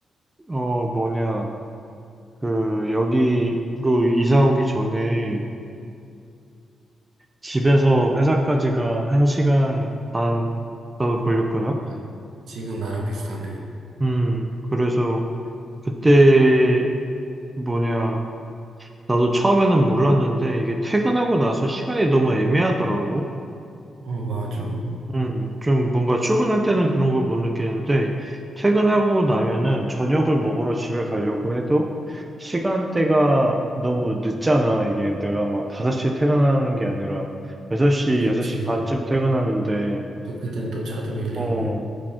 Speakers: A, on the right (about 20°); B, on the right (about 80°).
A: 어, 뭐냐, 그, 여기로 이사 오기 전에 집에서 회사까지가 한시간반 나도 걸렸거든?
B: 아, 지금 나랑 비슷하네.
A: 음, 그래서 그때 뭐냐, 나도 처음에는 몰랐는데 이게 퇴근하고 나서 시간이 너무 애매하더라고.
B: 어, 맞아.
A: 음, 좀 뭔가 출근할 때는 그런 걸 못 느끼는데, 퇴근하고 나면은 저녁을 먹으러 집에 가려고 해도 시간대가 너무 늦잖아. 이게 내가 막 5시에 퇴근하는 게 아니라 6시,
B: 그랬지.
A: 6시 반쯤 퇴근하는데,
B: 또 그땐 또 차도 밀리고.
A: 어,